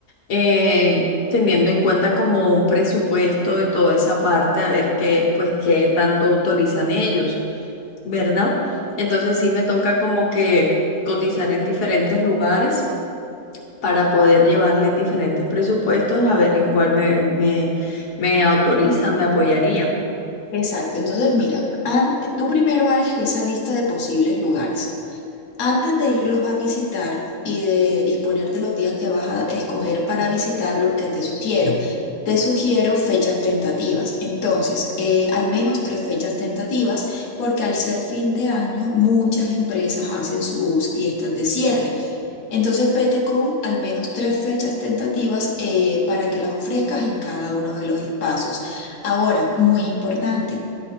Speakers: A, on the left; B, on the left.
A: eh, teniendo en cuenta como un presupuesto de toda esa parte, a ver qué, pues qué tanto autorizan ellos, ¿verdad? Entonces sí me toca como que cotizar en diferentes lugares. para poder llevarles diferentes presupuestos a ver en cuál me, me, me autorizan, me apoyarían.
B: Exacto, entonces mira, an- tú primero haces esa lista de posibles lugares. Antes de irlos a visitar y de disponer de los días que vas a escoger para visitar los que te sugiero, te sugiero fechas tentativas. Entonces, eh, al menos tres fechas tentativas, porque al ser fin de año, muchas empresas hacen sus fiestas de cierre. Entonces, vete con al menos tres fechas tentativas eh, para que las ofrezcas en cada uno de los espacios. Ahora, muy importante.